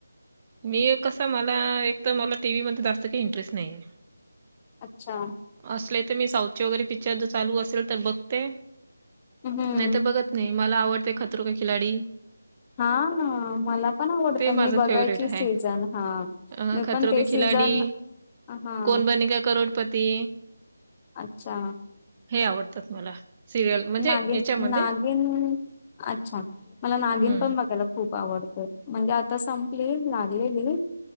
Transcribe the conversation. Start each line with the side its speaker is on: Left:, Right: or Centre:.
Right: मी कस मला एक तर मला टीव्ही मध्ये जास्त काही इंटरेस्ट नाहीये.
Left: अच्छा!
Right: असले तर मी साऊथचे वगैरे पिक्चर जर चालू असेल तर बघते,
Left: हम्म.
Right: नाही तर बघत नाही मला आवडते खतरु का खिलाडी.
Left: हा ना मला पण आवडत
Right: ते
Left: मी
Right: माझं
Left: बघायची
Right: फेवरेट आहे.
Left: सीझन हा
Right: अ
Left: मी
Right: खतरो
Left: पण ते
Right: के
Left: सीझन
Right: खिलाडी
Left: हा
Right: कोण बनेगा करोडपती!
Left: अच्छा!
Right: हे आवडतात मला. सिरियल म्हणजे
Left: नागिन
Right: याच्यामध्ये
Left: नागिन अच्छा मला नागिन
Right: हम्म
Left: पण बघायला खूप खूप आवडत म्हणजे आता संपली लागलेली.